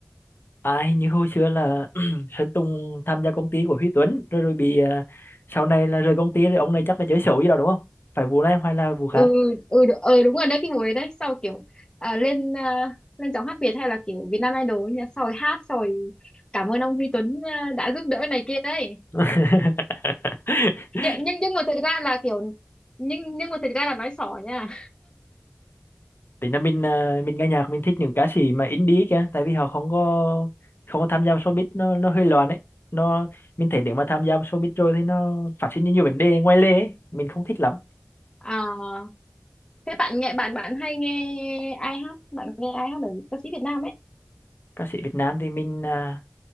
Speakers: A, on the left; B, on the left.
A: à hình như hồi xưa là <clears throat> Sơn Tùng tham gia công ty của Huy Tuấn rồi rồi bị à, sau này là rời công ty rồi ông này chắc là chơi xấu gì đó đúng không phải vụ này hay là vụ khác
B: ừ ừ đ- ừ đúng rồi đấy cái buổi đấy sau kiểu à, lên à, lên giọng hát Việt hay là kiểu Việt Nam Idol ấy nhỉ sau rồi hát sau rồi cảm ơn ông Huy Tuấn à, đã giúp đỡ này kia đấy
A: <laughs>
B: nhưng nhưng nhưng mà thực ra là kiểu nhưng nhưng mà thực ra là nói xỏ nha
A: tính là mình à, mình nghe nhạc mình thích những ca sĩ mà indie kìa tại vì họ không có không có tham gia vào showbiz nó nó hơi loạn ấy nó mình thấy nếu mà tham gia vào showbiz rồi thì nó phát sinh ra nhiều vấn đề ngoài lề ấy. mình không thích lắm
B: À, thế bạn nghe bạn bạn hay nghe ai hát bạn nghe ai hát ở ca sĩ Việt Nam ấy
A: ca sĩ Việt Nam thì mình à,